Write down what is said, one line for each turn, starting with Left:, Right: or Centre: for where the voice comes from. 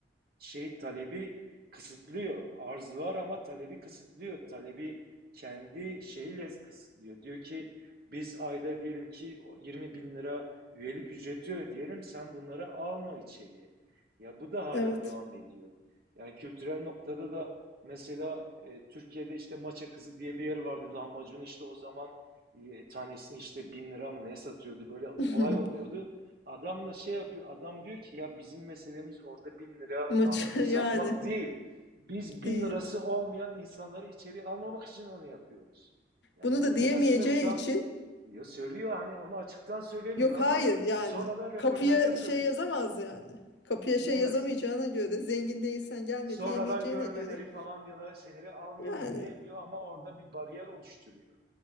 Right: şey talebi kısıtlıyor. Arz var ama talebi kısıtlıyor. Talebi kendi şeyiyle kısıtlıyor. Diyor ki biz ayda diyelim ki 20 bin lira üyelik ücreti ödeyelim sen bunlara alma içeriye. Ya bu da hala
Left: Evet.
Right: devam ediyor. Yani kültürel noktada da mesela e, Türkiye'de işte Maça Kızı diye bir yer vardı. Lahmacun işte o zaman e, tanesini işte bin lira mı ne satıyordu böyle olay
Left: <laughs>
Right: oluyordu. Adamla şey yapıyor. Adam diyor ki ya bizim meselemiz orada bin lira
Left: Maç
Right: damacun
Left: <laughs>
Right: satmak
Left: yani
Right: değil. Biz bin
Left: değil.
Right: lirası olmayan insanları içeri almamak için onu yapıyoruz. Yani
Left: Bunu
Right: orada
Left: da diyemeyeceği
Right: da sınıfsal
Left: için
Right: ya söylüyor hani onu açıktan söylemiyor
Left: Yok
Right: ama
Left: hayır yani
Right: sonradan röportajda
Left: kapıya
Right: söylüyor.
Left: şey yazamaz yani. Kapıya
Right: Diyemez.
Left: şey yazamayacağına göre zengin değilsen gelme
Right: Sonradan
Left: diyemeyeceğine
Right: görmeleri
Left: göre
Right: falan ya da şeyleri almıyoruz
Left: yani
Right: diyemiyor ama orada bir bariyer oluşturuyor.